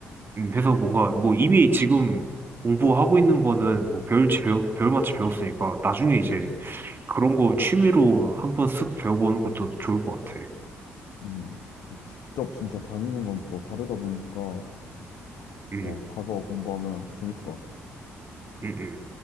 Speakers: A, on the right; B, on the left.
A: 음, 해서 뭔가, 뭐, 이미 지금 공부하고 있는 거는, 뭐, 배울지 배울, 배울 만치 배웠으니까, 나중에 이제,
B: 음.
A: 그런 거 취미로 한번 쓱 배워보는 것도 좋을 것 같아.
B: 음. 직접 진짜 다니는 건 또 다르다 보니까
A: 음,
B: 어, 가서 공부하면 재밌을 것 같아.
A: 음, 음.